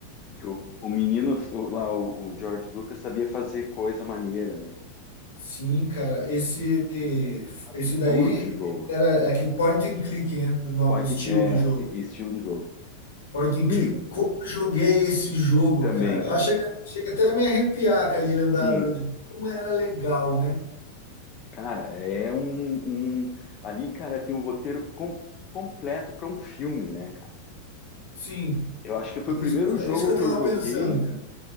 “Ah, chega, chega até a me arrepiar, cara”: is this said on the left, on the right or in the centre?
Left